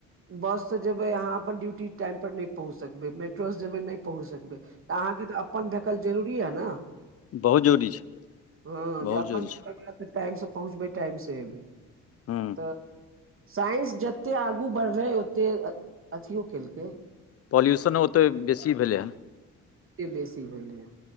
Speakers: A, on the right; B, on the left.
A: बससँ जेबै अहाँ अपन ड्यूटी टाइमपर नहि पहुँच सकबै मेट्रोसँ जेबै नहि पहुँच सकबै तऽ अहाँके तऽ अपन धेकल जरूरी यए न
B: बहुत जरूरी छै
A: हँ
B: बहुत
A: जे अपन
B: जरूरी छै
A: टाइम से पहुँचबै टाइम से एबै
B: हूँ
A: तऽ साइंस जतेक आगू बढ़लै ओतेक अथियो केलकै
B: पॉल्युशनो ओतेक बेसी भेलै हँ
A: कतेक बेसी भेलैँ हं